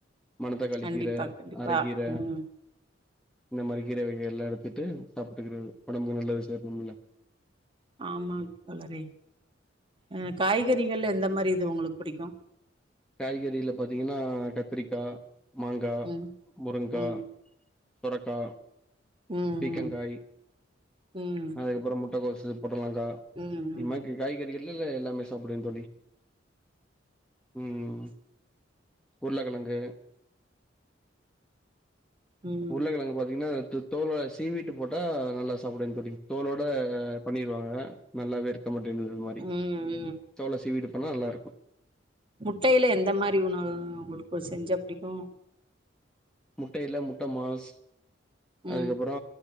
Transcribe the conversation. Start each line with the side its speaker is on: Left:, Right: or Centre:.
Centre: மணதக்காளி
Right: கண்டிப்பா
Centre: கீர
Right: கண்டிப்பா
Centre: அரக்கீர
Right: ம்
Centre: இந்த மாரி கீரை வகை எல்லாம் எடுத்துட்டு சாப்ட்டுக்கிறது ஒடம்புக்கு நல்லது சேக்கணும்ல்ல
Right: ஆமா வளரை அஹ் காய்கறிகள்ல எந்த மாரி இது உங்களுக்கு புடிக்கும்
Centre: காய்கறில பாத்தீங்கன்னா கத்திரிக்கா மாங்கா
Right: ம்
Centre: முருங்கா
Right: ம்
Centre: சொரக்கா
Right: ம்
Centre: பீக்கங்காய்
Right: ம் ம்
Centre: அதுக்கப்றம் முட்டகோசு பொடலாங்கா
Right: ம்
Centre: இது
Right: ம்
Centre: மாரி காய்கறிகள் இல்லல்ல எல்லாமே சாப்டுவேன் தோழி உம் உருளகெழங்கு
Right: ம்
Centre: உருளக்கெழங்கு பாத்தீங்கன்னா தோலோட சீவிட்டு போட்டா நல்லா சாப்பிடவேன்னு தோழி தோலோட பண்ணிருவாங்க நல்லாவே இரு மாட்டேங்து இது மாரி
Right: ம் ம்
Centre: தோல சீவிட்டு அனா நல்லா இருக்கும்
Right: முட்டையில எந்த மாறி உணவு உங்களுக்கு செஞ்சா புடிக்கும்
Centre: முட்ட இல்ல முட் மாஸ் அதுக்கப்புரோ
Right: ம்